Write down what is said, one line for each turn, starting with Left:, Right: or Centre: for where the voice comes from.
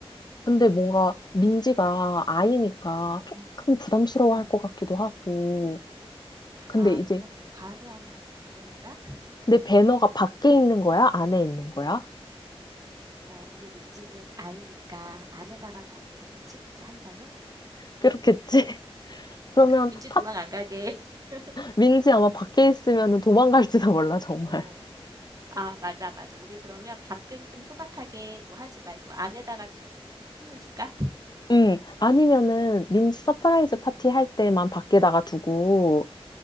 Left: 근데
Right: 음,
Left: 뭔가 민지가 아이니까 조금
Right: 음,
Left: 부담스러워
Right: 음.
Left: 할 것 같기도 하고. 근데
Right: 아,
Left: 이제
Right: 우리가 너무 과하게 하면 좀 그럴래나?
Left: 내 배너가 밖에 있는 거야? 안에 있는 거야?
Right: 어, 우리 민지는 아이니까 안에다가 넣어줘야겠지? 굳이 한다면?
Left: 그렇겠지? <laughs> 그러면
Right: 민지
Left: 팟,
Right: 도망 안 가게. <laughs>
Left: 민지 아마 밖에 있으면 도망갈지도 몰라, 정말.
Right: 어, 아, 맞아, 맞아. 우리 그러면 밖은 좀 소박하게 뭐 하지 말고 안에다가 좀 힘을 줄까?
Left: 음, 아니면은 민지 서프라이즈 파티 할 때만 밖에다가 두고,